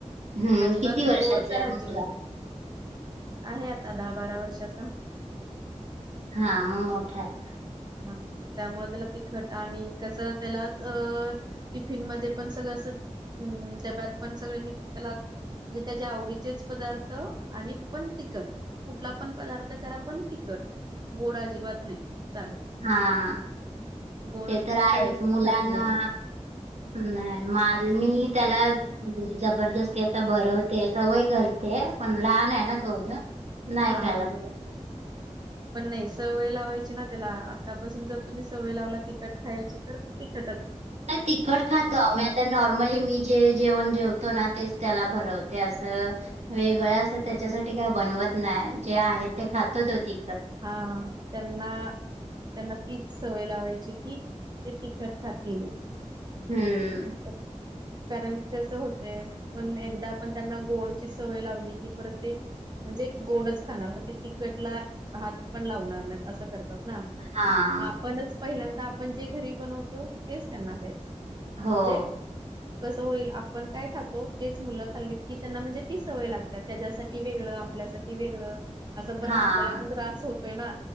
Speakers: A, on the right; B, on the right.
A: हम्म
B: अजिबात
A: किती वर्षाचा
B: गोड तर
A: आहे मुलगा
B: अजिबात आहे आता दहा बारा वर्षाचा.
A: हा, मग मोठाय.
B: हा, त्यामुळे, त्याला तिखट आणि कसं, त्यालाच अ टिफिन मध्ये पण सगळं असं, अ डब्यात पण सगळ मी त्याला म्हणजे, त्याच्या आवडीचेच पदार्थ आणि पण तिखट. कुठला पण पदार्थ करा, पण तिकट. गोड अजिबात नाही. चालत
A: हा.
B: गोड
A: ते तर आहेच,
B: काहीच
A: मुलांना
B: खात नाही
A: नाही मझ मी त्याला हम् जबरदस्ती आता भरवते, सवय करते. पण लहान आहे ना तो अजून. नाही
B: हा.
A: खायला बघ
B: पण नाही सवय लावायची ना त्याला. आत्तापासून जर तुम्ही सवय लावला तिखट खायची तर तू तिखट
A: नाही, तिकट खातो अम तर नॉर्मली मी जे जेवण जेवतो ना, तेच त्याला भरवते. असं वेगळं असं त्याच्यासाठी काही बनवत नाही. जे आहे ते खात तो ती
B: हा. त्यांना त्यांना, तीच सवय लावायची कि, ते तिखट खातील.
A: हम्म.
B: <unintelligible> कारण कसं होतय, पण एकदा पण त्यांना गोडची सवय लावली की, परत ते म्हणजे, गोडच खाणार. मग ते तिखटला हात पण लावणार नाही. असं करतात ना.
A: हां.
B: मग आपणच पहिल्यांदा आपण जे घरी बनवतो. तेच त्यांना द्यायचं.
A: हो.
B: म्हणजे कसं होईल, आपण काय खातो. तेच मुलं खाल्ली की, त्यांना म्हणजे ती सवय लागते. त्याज्यासाठी वेगळं, आपल्यासाठी वेगळं. असं परत
A: हां.
B: आपल्याला पण त्रास होतोय ना.